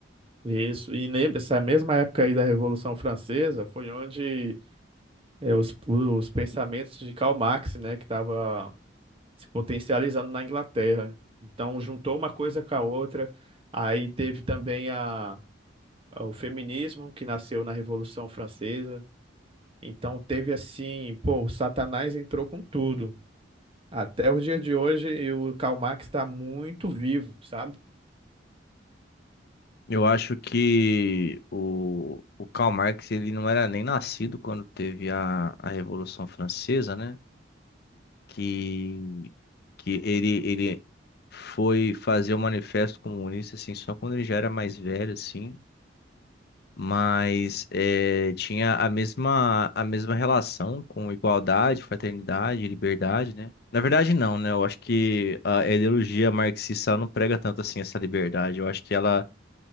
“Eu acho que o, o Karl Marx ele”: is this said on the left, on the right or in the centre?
Left